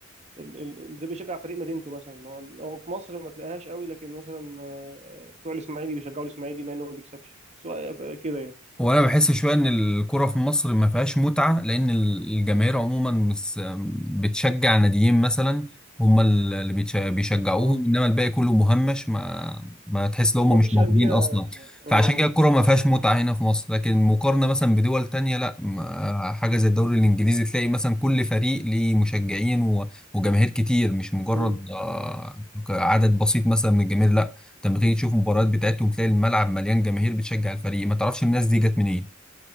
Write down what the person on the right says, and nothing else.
ال- ال- بتبقى بيشجع فريق مدينته مثلا هو هو في مصر ما تلاقيهاش قوي لكن مثلا آه، بتوع الاسماعيلي بيشجعوا الاسماعيلي مع انه ما بيكسبش سواء يبقى كده يعني
اه
ومفيش
انديه
جماهيريه
امم